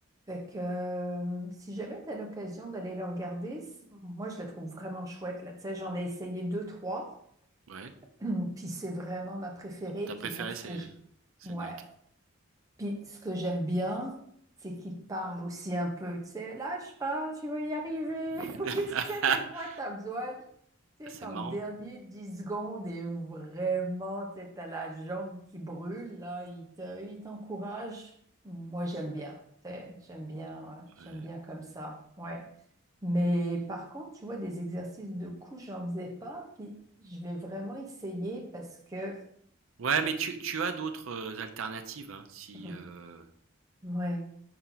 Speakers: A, on the right; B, on the right.
A: Fait que euh, si jamais tu as l'occasion d'aller le regarder, c- moi je la trouve vraiment chouette là. Tu sais, j'en ai essayé deux, trois,
B: ouais.
A: <clears throat> puis c'est vraiment ma préférée.
B: Ta préférée,
A: Puis moi, ce
B: c'est
A: que j-
B: c'est
A: ouais,
B: Nike.
A: puis ce que j'aime bien, c'est qu'il te parle aussi un peu. Tu sais, lâche pas, tu vas y arriver.
B: <laughs>
A: <laughs> Oui, tu sais, des fois, t'as besoin tu
B: C'est
A: sais, quand
B: marrant,
A: le dernier dix secondes est vraiment, tu sais, t'as la jambe qui brûle, là, il te, il t'encourage. Moi, j'aime bien, tu sais, j'aime bien, ouais, j'aime
B: ouais.
A: bien comme ça, ouais. Mais par contre, tu vois, des exercices de coups, j'en faisais pas, puis je vais vraiment essayer parce que,
B: Ouais, mais tu tu as d'autres, heu, alternatives, hein, si,
A: hum,
B: heu
A: ouais,